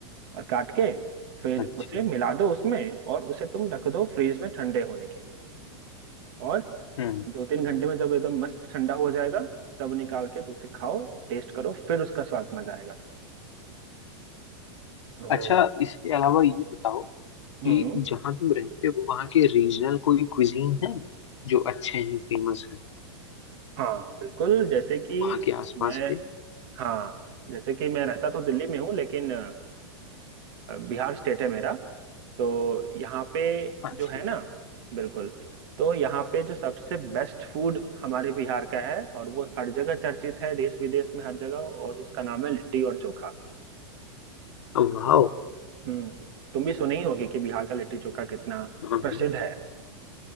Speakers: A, on the right; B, on the left.
A: और काट के फिर
B: अच्छा
A: उसे मिला दो उसमें और उसे तुम रख दो फ्रीज में ठंडे होने के लिए और
B: हम्म
A: दो तीन घंटे में जब एकदम मस्त ठंडा हो जाएगा तब निकाल के तो उसे खाओ टेस्ट करो फिर उसका स्वाद मजा आएगा तो
B: अच्छा इसके अलावा ये बताओ
A: हम्म
B: कि जहाँ तुम रहते हो वहाँ के रीजनल कोई क्विजीन है जो अच्छे हैं फेमस हैं
A: हाँ बिल्कुल जैसे कि
B: वहाँ के आसपास
A: मैं
B: के
A: हाँ जैसे कि मैं रहता तो दिल्ली में हूँ लेकिन अ, बिहार स्टेट है मेरा तो यहाँ पे
B: अच्छा
A: जो है ना बिल्कुल तो यहाँ पे जो सबसे बेस्ट फूड हमारे बिहार का है और वो हर जगह चर्चित है देश विदेश में हर जगह और उसका नाम है लिट्टी और चोखा
B: वाओ
A: हम्म तुम भी सुने ही होगे कि बिहार का लिट्टी चोखा कितना
B: हाँ
A: प्रसिद्ध
B: हाँ
A: है